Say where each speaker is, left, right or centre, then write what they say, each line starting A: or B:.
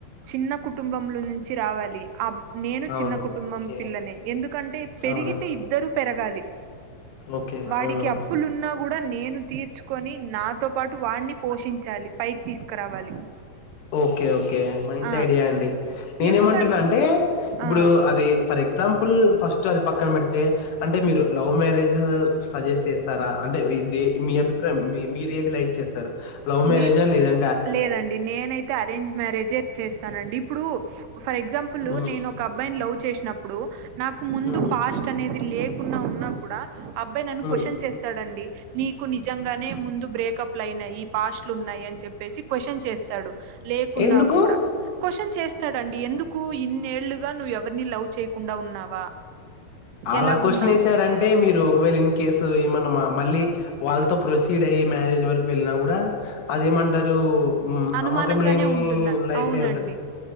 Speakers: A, on the right; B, on the left.
A: చిన్న కుటుంబంలో నుంచి రావాలి. అబ్ నేను
B: అవును
A: చిన్న కుటుంబం
B: ఓకే
A: పిల్లనే ఎందుకంటే పెరిగితే
B: అవునా
A: ఇద్దరు పెరగ
B: ఓకే
A: వాడికి
B: అవునవును
A: అప్పులున్నా కూడా నేను తీర్చుకొని నాతో పాటు వాణి పోషించాలి పైకి తీసుకురావాలి
B: ఓకే ఓకే మంచి
A: ఆ
B: ఐడియా అండి నేనే
A: ఎందుకం
B: ఏమంటున్నా అంటే ఇప్పుడు
A: ఆ
B: అది ఫర్ ఎగ్జాంపుల్ ఫస్ట్ అది పక్కన పెడితే అంటే మీరు లవ్ మ్యారేజ్ సజెస్ట్ చేస్తారా అంటే మీ అభిప్రాయం మీరు ఏది లైక్ చేస్తారు లవ్ మ్యారేజా
A: నే
B: లేదం
A: లేదండి నేనైతే అరేంజ్ మ్యారేజ్ చేస్తానండి ఇప్పుడు ఫర్ ఎగ్జాంపుల్
B: హ్మ్
A: నేను ఒక ఒక అబ్బాయిని లవ్ చేసి నప్పుడు నాకు ముందు
B: హ్మ్
A: పాస్ట్ అనేది లేకున్నా ఉన్నా కూడా అబ్బాయి నన్ను
B: హ్మ్
A: క్వశ్చన్ చేస్తాడు అ అండి నీకు నిజంగానే ముందు బ్రేకప్ లు అయినాయి పాస్ట్లు ఉన్నాయి అని చెప్పేసి క్వశ్చన్ చేస్తాడు, లేకున్నా
B: ఎందుకు?
A: కూడా క్వశ్చన్ చేస్తాడు అండి ఎం ఎందుకు ఇన్నేళ్లుగా నువ్వు ఎవరినీ లవ్ చేయకుండా ఉన్నావా
B: ఆళ్ళకు
A: ఎలాగున్నావు
B: క్వషన్ ఏసారంటే మీరు ఒకవేళ ఇన్ కేసు ఏమన్నా మా మళ్ళీ వాళ్ళతో ప్రొసీడ్ అయ్యి మ్యారేజ్ వరకు వెళ్ళినా కూడా అదేం అంటారు ఉమ్
A: అనుమానంగానే
B: నమ్మకం లేని
A: ఉంటుందండి
B: లైఫే
A: అవునండి
B: ఉంటది